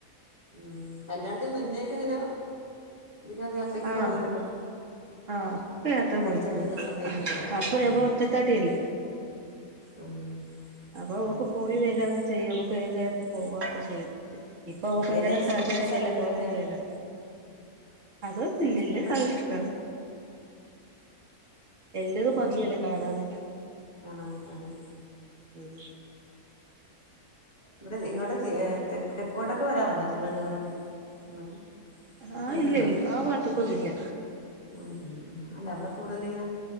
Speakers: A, on the left; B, on the right.
A: ഉം കല്യാണത്തിന് മുന്നേക്കെ എങ്ങനെ വിനോദയാത്രക്കൊക്കെ
B: ആഹ്
A: പോയിട്ടുണ്ടോ
B: ആഹ് അപ്പ യാത്ര
A: പഠിച്ചോണ്ടിരുന്ന
B: പോയിക്ക്ണ്
A: സമയത്തൊക്കെ
B: അപ്പൊ
A: ആ
B: ഞമ്മള് ഒറ്റത്തടിയല്ലേ
A: ആഹ്
B: അപ്പൊ അവക്ക്
A: അതെ
B: പോയി വരാക്കെ ചെയ്യ അവക്ക് ഏത് നേരത്ത് പോവാക്കെ ചെയ്യാം ഇപ്പൊ അവക്ക്
A: ഉം,
B: അതിനുള്ള
A: ഏതാ ഇഷ്ടപ്പെട്ട
B: സാഹചര്യല്ലല്ലോ
A: സ്ഥലങ്ങൾ
B: പോവാൻ
A: എവിടെയാ
B: പറ്റൂല്ലലോ അത് പിന്നെല്
A: ഇഷ്ടപ്പെട്ട
B: സദഷ്ട എല്ലതും
A: ഉം,
B: ഭംഗിയല്ലേ കാണാന്.
A: കാണാനൊക്കെ അതെ.
B: ഉം
A: ഇവിടെ ഇങ്ങോട്ട് തെ തെക്ക് തെക്കോട്ടൊക്കെ വരാറുണ്ടോ? തിരുവനന്തപുരം ഇങ്ങോട്ട്
B: ആഹ്
A: വന്നിട്ടുണ്ടോ
B: ഇല്ല ഇല്ല്യ ആ ഭാഗത്തേക്ക് ഒന്നും ഇല്ല്യ
A: വന്നിട്ടില്ല ആ അല്ല അവിടെ കൂടുതലിങ്ങനെ